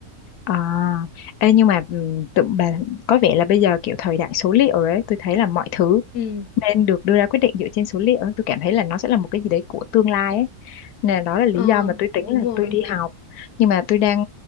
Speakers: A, on the left; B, on the left.
A: à, ê, nhưng mà ừm, tụi bà có vẻ là bây giờ kiểu thời đại số liệu rồi ấy tôi thấy là mọi thứ
B: Ừ.
A: nên được đưa ra quyết định dựa trên số liệu ấy. tôi cảm thấy là nó sẽ là một cái gì đấy của tương lai ấy nên là đó là lý
B: Ờ,
A: do mà tôi tính
B: đúng
A: là
B: rồi.
A: tôi đi học nhưng mà tôi đang